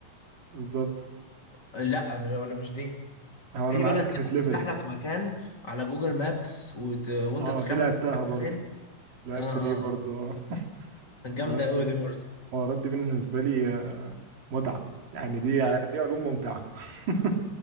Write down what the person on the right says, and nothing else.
بالظبط
هو
انا اللي
عندي
كانت ليفلز
اه
دي لعبتها
برضو
لعبت
دي برضو
اه بس
الحوارات دي بالنسبة لي آه، متعة يعني دي دي علوم ممتعة <laughs>